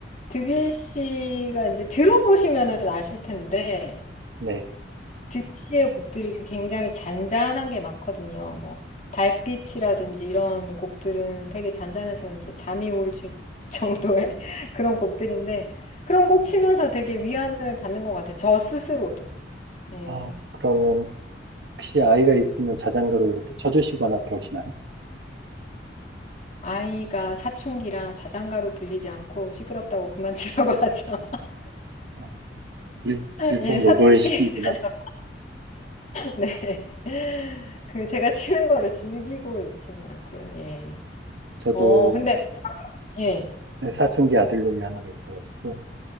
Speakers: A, on the left; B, on the right.
A: 드뷔시가 이제 들어보시면은 아실 텐데,
B: 네.
A: 드뷔시의 곡들이 굉장히 잔잔한 게 많거든요. 뭐 달빛이라든지 이런 곡들은 되게 잔잔해서 이제 잠이 올 지- 정도의 <laughs> 그런 곡들인데 그런 곡 치면서 되게 위안을 받는 것 같아요. 저 스스로도. 예.
B: 아, 그러면 혹시 아이가 있으면 자장가로 이렇게 쳐주시거나 그러시나요?
A: 아이가 사춘기라 자장가로 들리지 않고 시끄럽다고 그만 치라고 <laughs> 하죠.
B: 어, 일, 일풍노도의
A: 예, 사춘기
B: 시기구나
A: 자녀. 네. 그 제가 치는 거를 즐기고 있지는 않고요. 예.
B: 저도
A: 어, 근데 예.
B: 사춘기 아들놈이 하나가 있어가지고